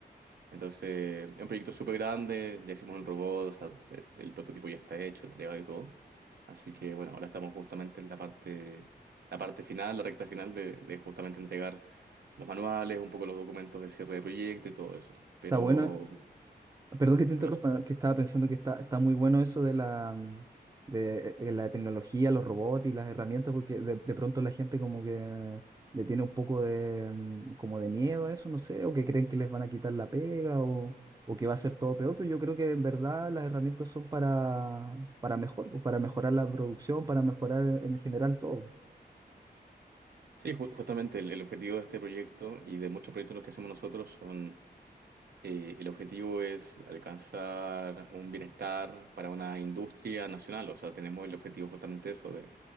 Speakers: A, on the right (about 65°); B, on the right (about 20°).
A: Entonces, es un proyecto súper grande, ya hicimos el robot, o sea, el, el prototipo ya está hecho, entregado y todo. Así que bueno, ahora estamos justamente en la parte, la parte final, la recta final de, de justamente entregar los manuales, un poco los documentos de cierre de proyecto y todo eso. Pero,
B: Está bueno, Perdón que te
A: pero
B: interrumpa, que estaba pensando que está, está muy bueno eso de la, mm, de, de la tecnología, los robots y las herramientas, porque de, de pronto la gente como que le tiene un poco de, mm, como de miedo a eso, no sé, o que creen que les van a quitar la pega o, o que va a ser todo peor, pero yo creo que en verdad las herramientas son para, para mejor, pues, para mejorar la producción, para mejorar en general todo.
A: sí, ju- justamente el, el objetivo de este proyecto y de muchos proyectos los que hacemos nosotros son, eh, el objetivo es alcanzar un bienestar para una industria nacional. O sea, tenemos el objetivo justamente eso,